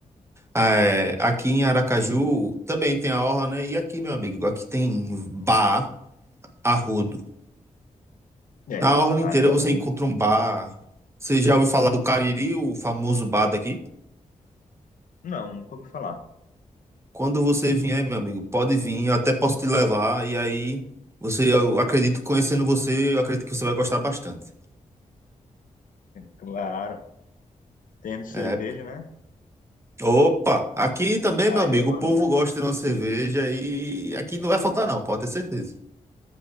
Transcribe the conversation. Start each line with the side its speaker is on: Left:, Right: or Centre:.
Right: É, aqui em Aracaju também tem a orla, né? E aqui, meu amigo, aqui tem bar, arrodo.
Left: é.
Right: Na orla
Left: Aí
Right: inteira você
Left: é bom,
Right: encontra
Left: né?
Right: um bar. Você já ouviu falar do Cariri, o famoso bar daqui?
Left: Não, nunca ouvi falar.
Right: Quando você vier, meu amigo, pode vir, eu até posso te levar. E aí, você, eu acredito, conhecendo você, eu acredito que você vai gostar bastante.
Left: Claro, tendo cerveja,
Right: É.
Left: né?
Right: Opa! Aqui também,
Left: Aí
Right: meu amigo,
Left: é bom,
Right: o povo
Left: né?
Right: gosta de uma cerveja e aqui não vai faltar, não, pode ter certeza.